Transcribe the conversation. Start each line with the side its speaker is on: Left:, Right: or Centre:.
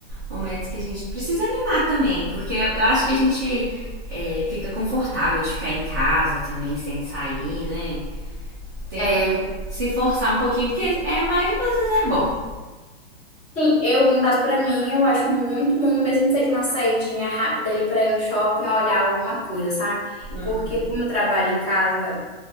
Right: momentos que a gente precisa animar também, porque eu acho que a gente é, fica confortável de ficar em casa também, sem sair, né? Tem
Left: É,
Right: que se forçar um pouquinho, porque é, a maioria das vezes é bom.
Left: sim, eu, no caso pra mim, eu acho muito bom, mesmo que seja uma saidinha rápida ali pra ir no shopping olhar alguma coisa, sabe?
Right: Uhum.
Left: Porque como eu trabalho em casa